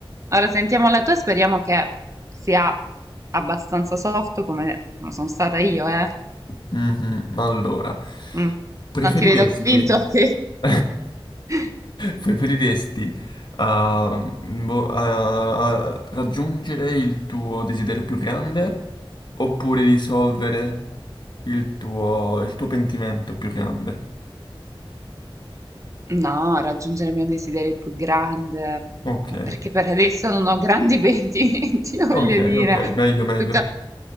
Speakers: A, on the right (about 35°); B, on the left (about 55°).
A: ora sentiamo la tua, speriamo che sia abbastanza soft come non sono stata io, eh.
B: Mhm, Allora,
A: Mm.
B: preferiresti,
A: Non ti vedo convinto, ok?
B: <laughs>
A: <laughs>
B: preferiresti ah, boh, ah, ah, raggiungere il tuo desiderio più grande oppure risolvere il tuo, il tuo pentimento più grande?
A: No, raggiungere il mio desiderio più grande,
B: Ok,
A: ma perché per adesso non ho grandi pentimenti, <laughs> voglio
B: ok,
A: dire.
B: ok, meglio, meglio.
A: Tutto-